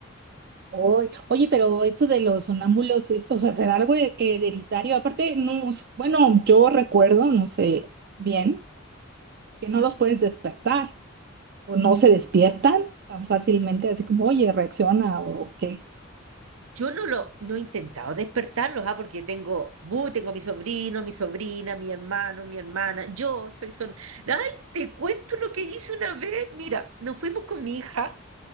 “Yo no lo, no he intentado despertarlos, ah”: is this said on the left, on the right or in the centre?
Right